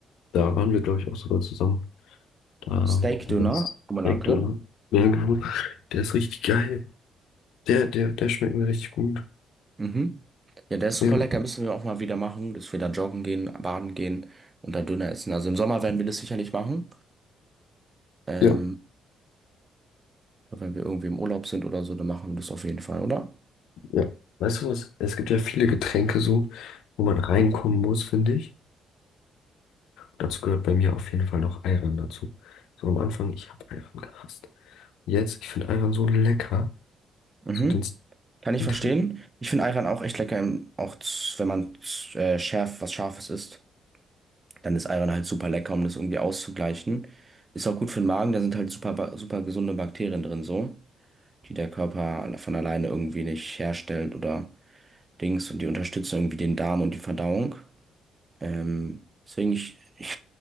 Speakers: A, on the left (about 80°); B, on the right (about 25°).
A: Da waren wir, glaube ich, auch sogar zusammen. Da,
B: Steak-Döner,
A: wo du warst.
B: Oberlanke,
A: Direkt, oder? Ja, genau. Der ist richtig geil. Der, der, der schmeckt mir richtig gut.
B: Mhm. Ja, der ist super
A: Ja,
B: lecker, müssen wir auch mal wieder machen, dass wir da joggen gehen, baden gehen und da Döner essen. Also im Sommer werden wir das sicherlich machen. Ähm,
A: ja,
B: aber wenn wir irgendwie im Urlaub sind oder so, dann machen wir das auf jeden Fall, oder?
A: ja. Weißt du was? Es gibt ja viele Getränke so, wo man reinkommen muss, finde ich. Dazu gehört bei mir auf jeden Fall noch Ayran dazu. So am Anfang, ich habe Ayran gehasst. Jetzt, ich finde Ayran so lecker.
B: Mhm.
A: So den,
B: Kann ich
A: den
B: verstehen.
A: Trink
B: Ich finde Ayran auch echt lecker, im- auch z- wenn man z- äh, schärf, was Scharfes isst, dann ist Ayran halt super lecker, um das irgendwie auszugleichen. Ist auch gut für den Magen, da sind halt super, ba- super gesunde Bakterien drin, so, die der Körper alle- von alleine irgendwie nicht herstellt oder. Dings und die unterstützen irgendwie den Darm und die Verdauung. Ähm, deswegen, ich, <laughs> ich,